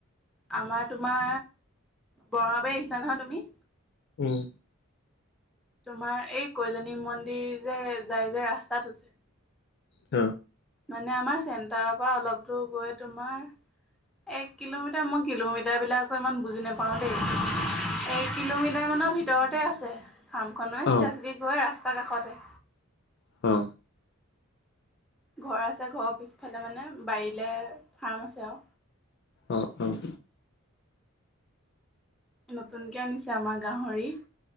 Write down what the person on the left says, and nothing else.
উম।
অ।
অ
অ।
অ অহ।